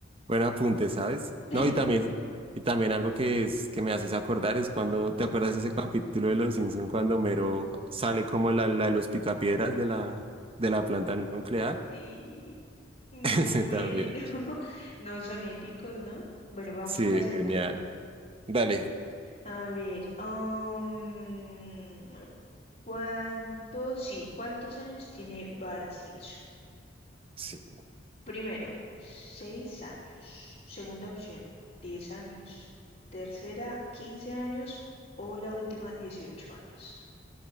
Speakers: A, on the right (about 30°); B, on the left (about 40°).
A: Buen apunte, ¿sabes?
B: <laughs>
A: No, y también, y también algo que es que me haces acordar es cuando, ¿te acuerdas ese capítulo de Los Simpson cuando Mero sale como la, la de los picapiedras de la, de la planta nuclear?
B: Sí, muy
A: <laughs> Ese
B: bueno.
A: también.
B: <laughs> No son épicos, ¿no? Bueno, vamos
A: Sí,
B: con la segunda.
A: genial. Dale.
B: A ver, am, ¿cuántos, sí, cuántos años tiene Bart Simpson?
A: Sí.
B: Primero, seis años. Segunda opción, 10 años. Tercera, 15 años. O la última, 18 años.